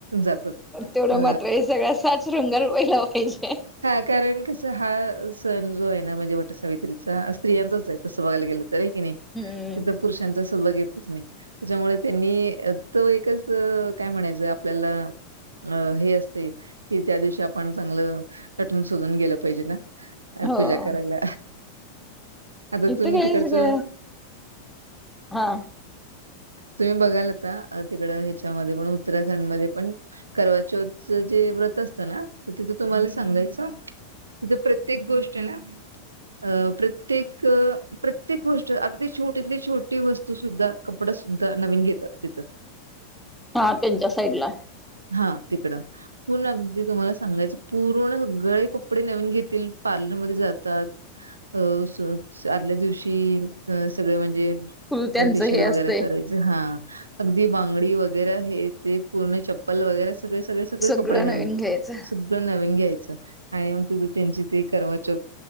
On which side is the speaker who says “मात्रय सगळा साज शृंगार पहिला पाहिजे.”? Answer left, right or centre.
Centre